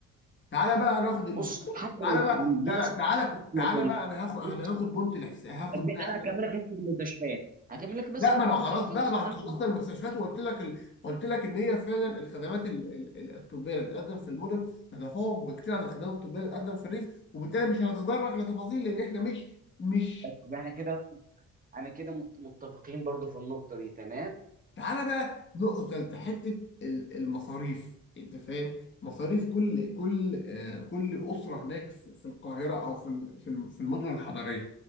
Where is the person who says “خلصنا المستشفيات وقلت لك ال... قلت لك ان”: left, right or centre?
Left